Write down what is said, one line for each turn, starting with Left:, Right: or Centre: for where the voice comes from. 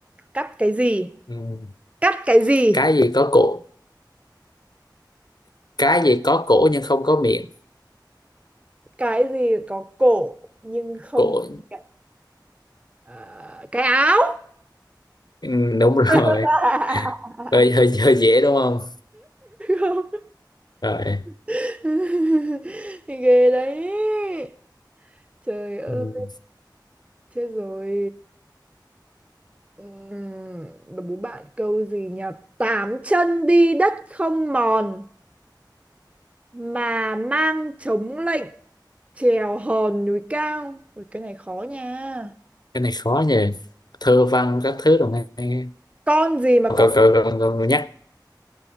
Right: Cắt cái gì?
Left: Ừm,
Right: Cắt cái gì?
Left: cái gì có cổ cái gì có cổ nhưng không có miệng
Right: Cái gì có cổ nhưng không
Left: cổ
Right: có miệng? Ờ, cái áo.
Left: Ừm, đúng rồi
Right: <laughs>
Left: hơi, hơi hơi dễ đúng không
Right: Không.
Left: rồi
Right: <laughs> ghê đấy Trời ơi,
Left: Ừm,
Right: chết rồi. Ừm, bố bạn câu gì nhỉ? Tám chân đi đất không mòn mà mang chống lệnh trèo hòn núi cao. Ui, cái này khó nha.
Left: cái này khó nhỉ thơ văn các thứ đồng này
Right: Con gì mà
Left: cậu
Right: có
Left: cậu cậu, cậu nhắc